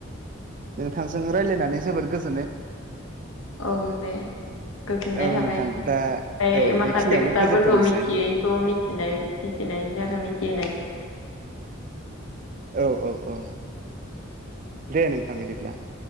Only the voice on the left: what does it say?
औ दे गोजोननाय
थाबाय
।
ओमफ्राय
माखासे
खोथाफोरखौ
मिथियैखौ मि मिथिनायनि थाखाय मिथिहोनाय